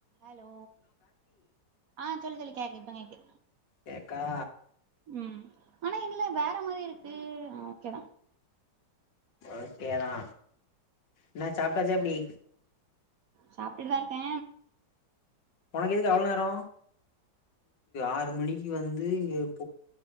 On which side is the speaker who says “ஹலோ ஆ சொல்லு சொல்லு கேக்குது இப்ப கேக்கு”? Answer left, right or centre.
Right